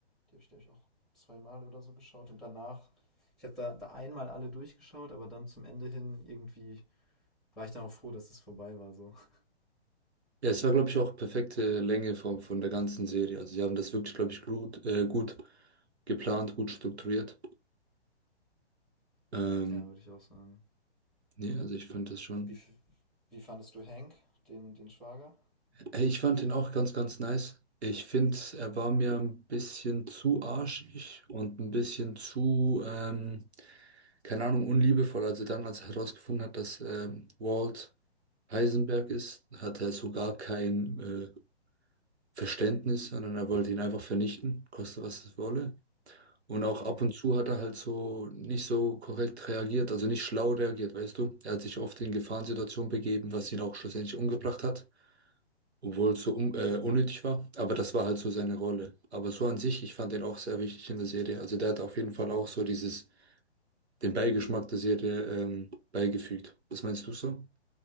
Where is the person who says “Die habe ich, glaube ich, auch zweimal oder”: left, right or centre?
Centre